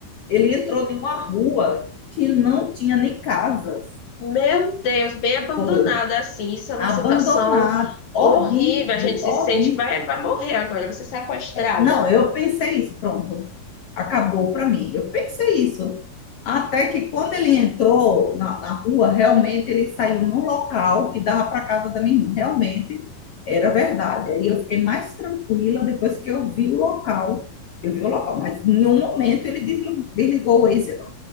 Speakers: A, on the left; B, on the left.
A: Ele entrou em uma rua que não tinha nem casas.
B: Meu Deus, bem abandonada
A: Foi
B: assim, isso é uma
A: abandonado,
B: situação horrível.
A: horrível,
B: A gente se
A: horrível.
B: sente, vai, vai morrer agora, você sequestrada.
A: Não, eu pensei isso, pronto. Acabou para mim. Eu pensei isso. Até que quando ele entrou na, na rua, realmente ele saiu num local que dava para casa da minha irmã. Realmente era verdade. Aí eu fiquei mais tranquila depois que eu vi o local. Eu vi o local, mas em nenhum momento ele desli- desligou o Waze,